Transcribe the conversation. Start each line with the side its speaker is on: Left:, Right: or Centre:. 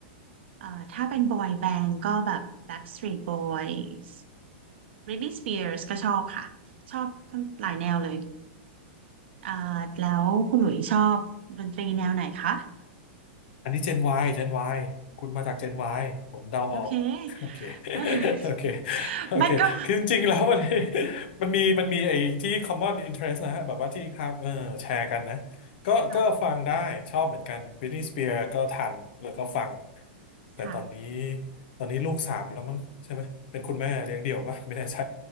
Right: เอ่อถ้าเป็นบอยแบนด์ก็แบบ Backstreet Boys Britney Spears ก็ชอบค่ะชอบหลายแนวเลยอ่าแล้วคุณหลุยชอบดนตรีแนวไหนคะ
Left: อันนี้เจน Y เจน Y คุณมาจากเจน Y ผมเดาออก
Right: โอเค
Left: โอเค
Right: <laughs>
Left: <laughs> โอเค โอเคคือจริงๆแล้วมัน
Right: มันก็
Left: มัน <laughs> มีมันมีไอ้ที่ common interest นะฮะแบบว่าที่ครับเออแชร์กันนะก็ก็ฟังได้
Right: ค่ะ
Left: ชอบเหมือนกัน Britney Spears ก็ทัน แล้วก็ฟัง แต่ตอนนี้
Right: ค่ะ
Left: ตอนนี้ลูกสามแล้วมั้งใช่ไหม เป็นคุณแม่เลี้ยงเดี่ยวปะไม่แน่ใจ